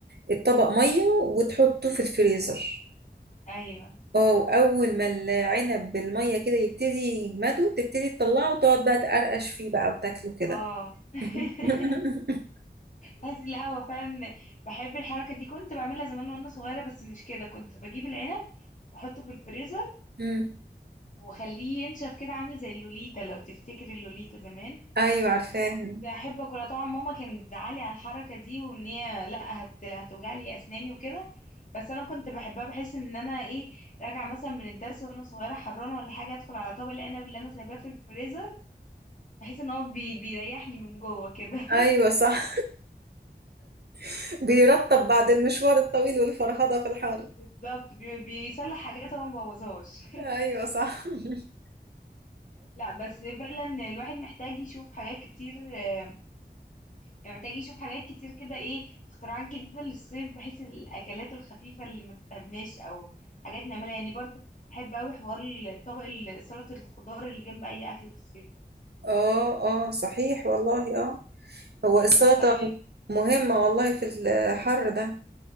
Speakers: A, on the right; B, on the left.
A: الطبق مية وتحطه في الفريزر
B: ايوه
A: اه وأول ما العنب بالمية كده يبتدي يجمده تبتدي تطلعه وتقعد بقى تقرقش فيه بقى وتاكله كده
B: اه <laughs>
A: <laughs>
B: تحسي لا هو فعلا بحب الحركة دي كنت بعملها زمان وانا صغيرة بس مش كده كنت بجيب العنب واحطه في الفريزر
A: مم.
B: واخليه ينشف كده عامل زي اللوليتا لو تفتكري اللوليتا زمان
A: أيوة عارفاها
B: وكنت احب اكلها طبعا ماما كانت بتزعلي على الحركة دي وان هي لا هت... هتوجع لي اسناني وكده بس انا كنت بحبها بحس ان انا ايه راجعه مثلا من الدرس وانا صغيره حرانه ولا حاجه ادخل على طبق العنب اللي انا سايباه في الفريزر بحس ان هو بي... بيريحني من جوه كده <laughs>
A: أيوة صح <laughs> بيرطب بعد المشوار الطويل والفرهدة في الحر
B: بالظبط بي... بيصلح حاجات هو مبوظهاش
A: أيوة صح <laughs>
B: لا بس فعلا الواحد محتاج يشوف حاجات كتير آه، محتاج يشوف حاجات كتير كده ايه اختراعات جديدة للصيف بحيث الأكلات الخفيفة اللي ما تتعبناش أو حاجات نعملها يعني برضو أحب أوي حوار طبق سلطة الخضار اللي جنب أي أكل في الصيف ده
A: اه اه صحيح والله اه هو
B: يعني
A: السلطة
B: طبق
A: مهمة والله في الحر ده